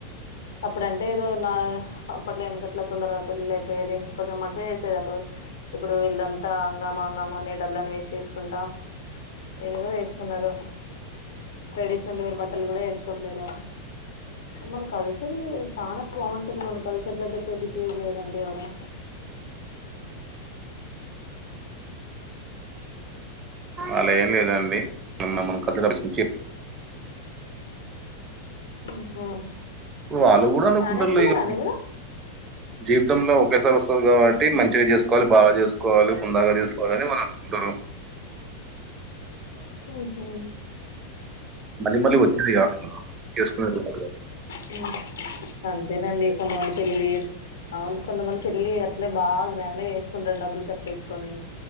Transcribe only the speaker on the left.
అప్పుడంటే ఏదో నా అ అప్పట్లో ఎనికిట్ల తొందరగా పెళ్లిళ్లు అయిపోయేది కొంచం మంచిగా వేసేది అప్పుడు ఇప్పుడు వీళ్ళంతా హంగమాహంగమ ఏమో అని డబ్బులన్ని వేసచేస్కుంటా ఏదదో ఎస్తున్నారు ట్రెడిషనల్ వేర్ బట్టలు కూడా వేసుకోట్లేరు మన కల్చర్ చాలా బాగుంటది మన కల్చర్ తగ్గట్టు బిహేవ్ చేయరండి ఎవరు
హ్మ్
ఫ్యాన్ వేసుకుంన్నారండి
మీరు
ఉహు
హు అంతేనండి కొంతమంది పెళ్లిలు అవును కొంతమంది పెళ్ళి అట్లే బా గ్రాండ్ గా చేసుకుంటారు డబ్బులు కర్ పెట్టుకొని